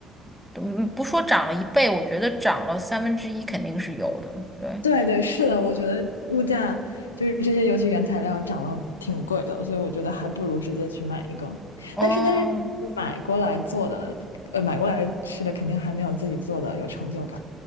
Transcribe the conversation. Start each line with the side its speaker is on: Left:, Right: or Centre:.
Centre: 嗯，不说涨了一倍，我觉得涨了三分之一肯定是有的。对，
Left: 对对是的，我觉得物价就是这些，尤其原材料涨了挺贵的，所以我觉得还不如直接去买一个。
Centre: 哦，
Left: 但是但是买过来做的，呃，买过来吃的肯定还没有自己做的有成就感